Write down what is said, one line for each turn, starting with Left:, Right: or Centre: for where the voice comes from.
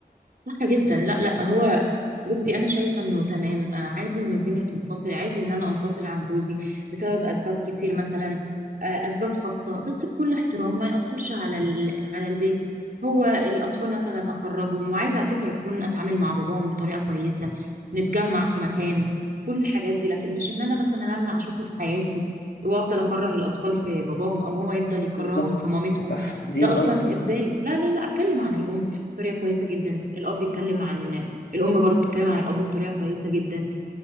Right: صح جدا لا لا هو بصي انا شايفه انه تمام آه، عادي ان الدنيا تنفصل عادي ان انا انفصل عن جوزي بسبب اسباب كتير مثلا آه، اسباب خاصه بس بكل احترام ما ياثرش على ال... على البيت هو الاطفال مثلا اخرجهم وعادي على فكره اكون اتعامل مع باباهم بطريقه كويسه نتجمع في مكان كل الحاجات دي لكن مش ان انا مثلا امنع اشوفه في حياتي وافضل اكره الاطفال في باباهم او هو يفضل يكرههم
Left: بالضبط،
Right: في مامتهم
Left: صح، دي
Right: ده
Left: غلطة.
Right: اصلا ازاي لا لا لا اتكلم عن الام بطريقه كويسه جدا الاب بيتكلم عن الام برضو بتتكلم عن الاب بطريقه كويسه جدا